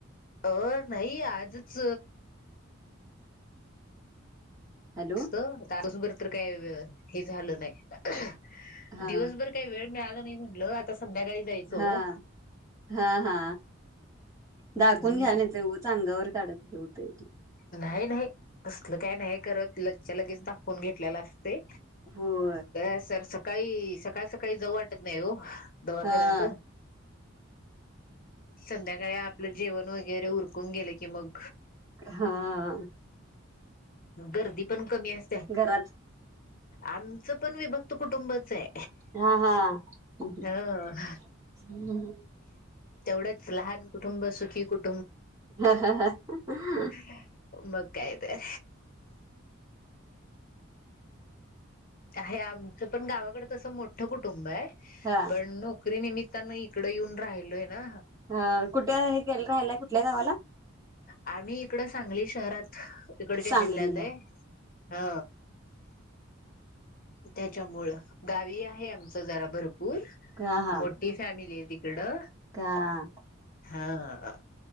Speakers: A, on the left; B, on the right.
A: अ नाही आजच
B: हॅलो?
A: तस बर तर काय हे झालं नाही
B: हां,
A: दिवसभर काही वेळ मिळाला नाही म्हटल आता संध्याकाळी जायचं हो
B: हा हा हा दाखवून
A: हम्म
B: घ्या नाही तेव उगाच अंगावर काढत होतय कि
A: नाही नाही असलं काही नाही करत ल लगेच दाखवून घेतलेला असतेय
B: होय.
A: तर सर काही सकाळ सकाळी जाऊ वाटत नाही हो दवाखान्यात
B: हा
A: संध्याकाळी आपले जेवण वगैरे उरकून गेले की मग
B: हं
A: गर्दी पण कमी असते
B: घरात?
A: आमचं पण विभक्त कुटुंबच हे
B: हं हं <unintelligible>
A: ह तेवढंच लहान कुटुंब सुखी कुटुं
B: हं हं हं
A: मग काय तर आहे आमचं पण गावाकडे तसं मोठं कुटुंब आहे
B: हा
A: पण नोकरी निमि त्यांना इकड येऊन राहिलोय ना
B: हा कुठे हे गेलं राहिलय कुठल्या गावाला
A: आम्ही इकड सांगली शहरात इकडच्या
B: सांगलीला
A: जिल्ह्यात आहे हा त्याच्यामुळ गावी आहे आमच जरा भरपूर
B: हा हा
A: मोठी फॅमिली कडा
B: हा
A: हा